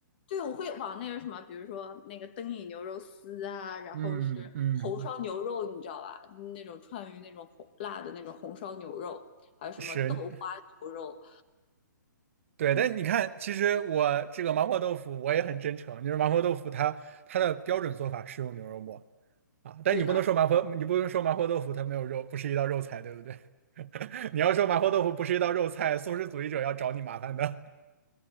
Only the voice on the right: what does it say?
嗯嗯，
是对，
但你看，其实我这个麻婆豆腐我也很真诚，就是麻婆豆腐它它的标准做法是用牛肉末啊，但你不能说麻婆你不能说麻婆豆腐它没有肉，
不是一道肉菜，对不对？<laughs> 你要说麻婆豆腐不是一道肉菜，素食主义者要找你麻烦的。